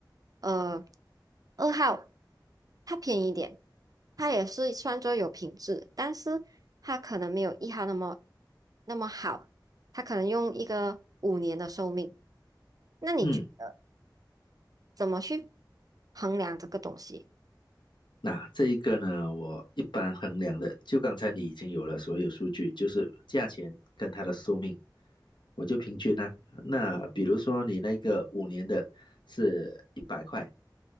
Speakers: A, on the right; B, on the left.
A: 呃，二号它便宜一点，它也是算作有品质，但是它可能没有一号那么那么好。它可能用一个五年的寿命。那你觉得
B: 嗯。
A: 怎么去衡量这个东西？
B: 那这一个呢，我一般衡量的，就刚才你已经有了所有数据，就是价钱跟它的寿命，我就平均呢、那比如说你那个五年的是一百块，